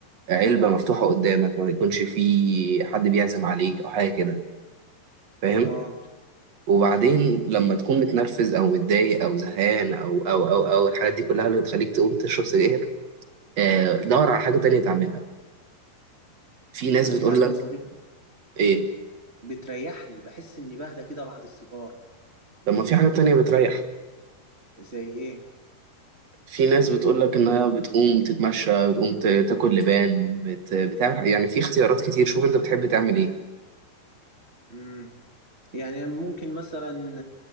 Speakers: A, on the right; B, on the right.
A: علبة مفتوحة قدامك ما يكونش فيه حد بيعزم عليك أو حاجة كده فاهم
B: اه
A: وبعدين لما تكون متنرفز أو متضايق أو زهقان أو أو أو أو الحاجات دي كلها اللي بتخليك تقوم تشرب سجاير آه، دور على حاجة تانية تعملها في ناس
B: بس
A: بتقول
B: انت عارف
A: لك
B: يا صديقي
A: إيه
B: بتريحني بحس اني بهدى كده بعد السيجار
A: طب ما في حاجة تانية بتريح
B: زي ايه
A: في ناس بتقول لك ان هي بتقوم تتمشى بتقوم ت- تاكل لبان بت... بتعمل يعني في اختيارات كتير شوف انت بتحب تعمل ايه
B: امم يعني ممكن مثلا